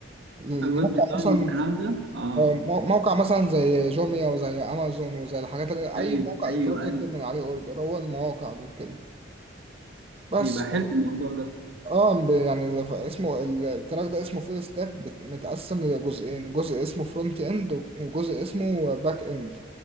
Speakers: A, on the right; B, on the right.
A: الموقع
B: الويب ديزاين
A: مثلا
B: والكلام ده اه
A: آه، مو- موقع مثلا زي جوميا وزي امازون وزي الحاجات اللي
B: ايوه
A: اي موقع
B: ايوه
A: الكتروني بتطلب
B: ايوه
A: من عليه اوردر هو المواقع دي كده بس
B: بيبقى حلو الموضوع ده
A: اه ب- يعني لف- اسمه ال- التراك ده اسمه فول ستاك بت- متقسم لجزئين جزء اسمه فرونت اند وجزء اسمه باك اند